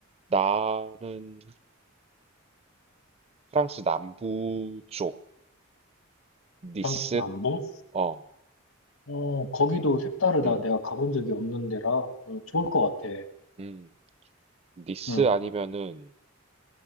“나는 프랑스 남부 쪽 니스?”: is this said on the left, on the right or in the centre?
Right